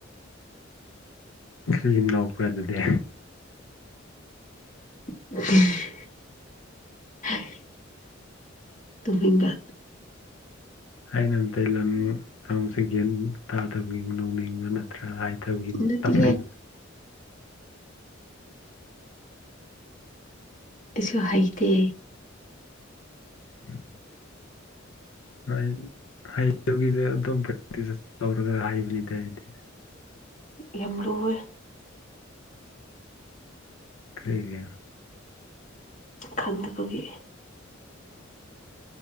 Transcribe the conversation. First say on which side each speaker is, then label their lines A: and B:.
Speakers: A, on the left; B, on the left.
A: ꯀꯔꯤ ꯅꫭꯛꯄ꯭ꯔꯥ ꯑꯗꯨꯗꯤ
B: <unintelligible> ꯇꯨꯝꯅꯤꯡꯕ
A: ꯑꯩꯅ ꯑꯝꯇꯩ ꯂꯪ ꯈꯁ ꯒ꯭ꯌꯥꯟ ꯇꯥꯗꯕꯩ ꯅꯣꯛꯅꯤꯡꯕ ꯅꯠꯇ꯭ꯔꯥ ꯍꯥꯏ ꯇꯧꯒꯤꯟ
B: ꯅꯠꯇꯤꯌꯦ
A: ꯇꯧꯅꯤ
B: ꯑꯩꯁꯨ ꯍꯩꯇꯦ
A: ꯎꯝ ꯍꫭꯏ ꯍꯩꯕꯒꯤꯗ ꯑꯗꯨꯝ ꯄ꯭ꯔꯦꯛꯇꯤꯁ ꯇꯧꯔꯒ ꯍꯩꯕꯅꯤꯗ ꯍꯥꯏꯗꯤ
B: ꯌꯥꯝ ꯂꯨꯋꯦ
A: ꯀꯔꯤꯒꯤ
B: ꯈꯪꯗꯕꯒꯤ